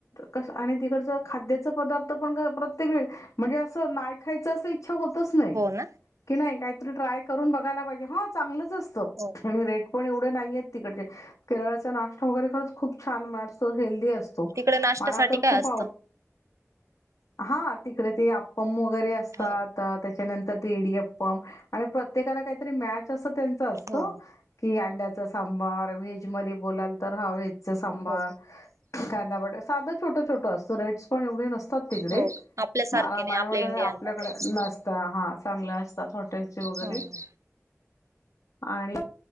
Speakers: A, on the left; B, on the right.
A: कस आणि तिकडचं खाद्याचं पदार्थ पण प्रत्येक वे म्हणजे असं नाही खायचं अस इच्छा होतच नाही.
B: हो ना
A: की नाही काहीतरी ट्राय करून बघायला पाहिजे हा चांगलंच असतं
B: हो
A: आणि रेट पण एवढे नाहीय तिकडचे केरळचा नाश्ता वगैरे खरंच खूप छान मारतो हेल्दी असतो.
B: तिकडे नाश्त्यासाठी
A: मला तर
B: काय
A: खूप
B: असतं.
A: आवड हा तिकडे ते अप्पम वगैरे असतात.
B: हो
A: त्याच्यानंतर येडी अप्पम आणि प्र प्रत्येकाला काहीतरी मॅच अस त्यांच असत
B: हो
A: की अंड्याच सांबार व्हेजमध्ये बोलाल. तर हा व्हेजच सांबार
B: हो
A: कांदा बटाटा साधं छोटं छोटं असतं रेट्स पण एवढे नसतात. तिकडे
B: हो आपल्यासारखे
A: मला-मला
B: नाही आपल्या
A: म्ह
B: इंडियनमध्ये
A: आपल्याकडे नसत. हा चांगल असत. हॉटेलचे वगैरे
B: हा
A: आणि